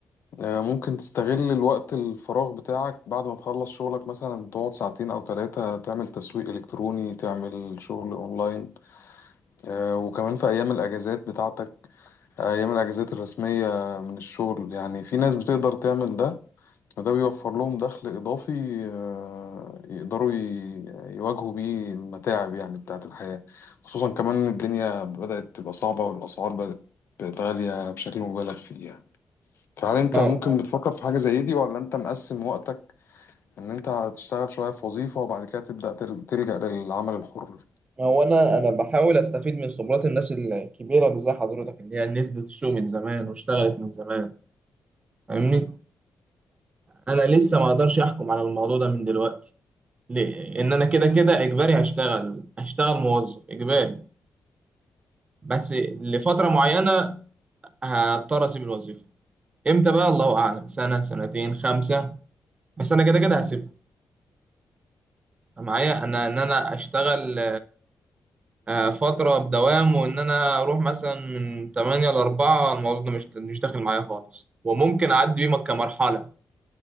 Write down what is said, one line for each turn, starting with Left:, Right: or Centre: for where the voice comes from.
Left: آه، ممكن تستغل الوقت الفراغ بتاعك بعد ما تخلص شغلك مثلا تقعد ساعتين او ثلاثة تعمل تسويق الكتروني تعمل شغل اونلاين آه، وكمان في أيام الأجازات بتاعتك أيام الأجازات الرسمية من الشغل يعني في ناس بتقدر تعمل ده وده بيوفر لهم دخل إضافي آه، يقدروا ي- يواجهوا بيه المتاعب يعني بتاعة الحياة خصوصا كمان إن الدنيا بدأت تبقى صعبة والأسعار بدأت بقت غالية بشكل مبالغ فيه يعني فهل أنت
Right: آه.
Left: ممكن بتفكر في حاجة زي دي ولا أنت مقسم وقتك إن أنت هتشتغل شوية في وظيفة وبعد كده تبدأ تل- تلجأ للعمل الحر؟
Right: هو انا انا بحاول استفيد من خبرات الناس الكبيره اللي زي حضرتك اللي هي نزلت السوق من زمان واشتغلت من زمان فاهمني انا لسه ما اقدرش احكم على الموضوع ده من دلوقتي ليه ان انا كده كده اجباري هشتغل هشتغل موظف اجباري بس لفتره معينه هضطر اسيب الوظيفه امتى بقى الله اعلم سنه سنتين خمسه بس انا كده كده هسيبها معايا انا ان انا اشتغل آه، فترة بدوام وإن أنا أروح مثلا من 8 ل 4 الموضوع ده مش مش داخل معايا خالص وممكن أعدي بيه كمرحلة